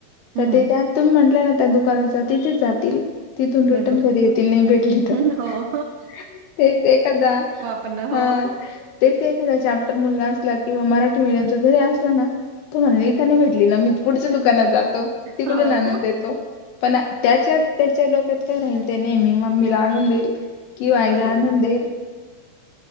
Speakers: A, on the right (about 80°); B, on the left (about 80°).
A: हम्म
B: तर ते त्या तुम्ही म्हंटलं ना त्या दुकानाच तिथेच जातील तिथून रिटर्न
A: बरोबर
B: घरी येतील नाही भेटला
A: हं,
B: तर
A: हो
B: तेच एखादा
A: पण
B: हा
A: हो
B: तेच एखादा चॅप्टर मुलगा असला किंवा मराठी मीडियमचा जरी असला ना तू म्हणाली त्यांना भेटली ना मी पुढच्या दुकानात जातो तिकडून
A: हो
B: आनंद देतो. पण त्याच्या त्याच्या लोकत काय राहील ते नेहमी मम्मीला आणून देईल किंवा
A: बरोबर
B: आईला आणून
A: आहे.
B: देईल